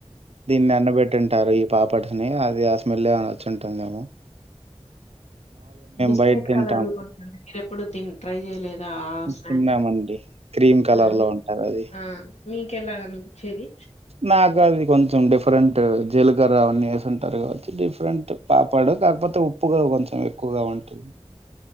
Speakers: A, on the right; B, on the left.
A: దీన్ని ఎన్నబెట్టి ఉంటారు ఈ పాపట్ని అది ఆ స్మెల్ ఏమైనా వచ్చి ఉంటుందేమో
B: బిస్కెట్
A: బయట తింటాము.
B: కలర్ లో ఉంటుంది నేన్ ఎపుడు తిన్ ట్రై చేయలేదా ఆ స్నాక్
A: తిన్నామండి. క్రీమ్ కలర్‌లో
B: ఆ మీ
A: ఉంటదది.
B: ఆ మీకెలా అనిపించేది
A: నాకు అది కొంచెం డిఫరెంట్ జీలకర్ర అవన్నీ వేసి ఉంటారు కాచ్చు డిఫరెంట్ పాపాడు కాకపోతే ఉప్పుగా కొంచెం ఎక్కుగా ఉంటుంది